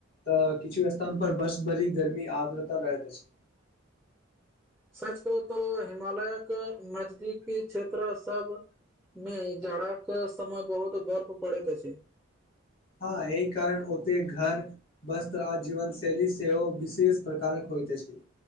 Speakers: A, on the left; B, in the centre.
A: तऽ किछु स्थान पर बस बरी गर्मी आग्रता रहैत अछि
B: सच कहु तो हिमालयके नजदीकी क्षेत्र सब मे जाड़ाक समय बहुत बर्फ पड़ैत अछि
A: हँ य कारण ओत घर वस्त्र आ जीवन शैली सेहो विशेष प्रकारक होइत अछि